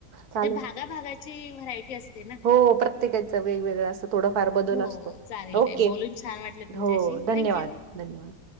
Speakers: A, on the left; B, on the right.
A: ते
B: चालेल
A: जे भागाभगाची व्हरायटी असते ना.
B: हो प्रत्येकाच वेगवेगळं थोड फार बदल
A: हो
B: असतो
A: चालेल
B: ओके
A: ताई बोलून छान वाटलं तुमच्याशी
B: हो धन्यवाद.
A: थँक्यू.